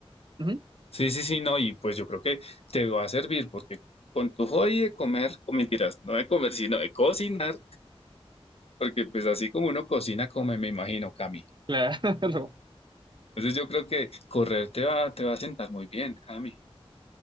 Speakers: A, on the right; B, on the left.
A: ujú,
B: sí, sí, sí, no, y pues yo creo que te va a servir porque con tu hobby de comer, o mentiras, no de comer, sino de cocinar, porque pues así como uno cocina, come, me imagino, Cami.
A: claro, <laughs>
B: Entonces yo creo que correr te va, te va a sentar muy bien, Cami.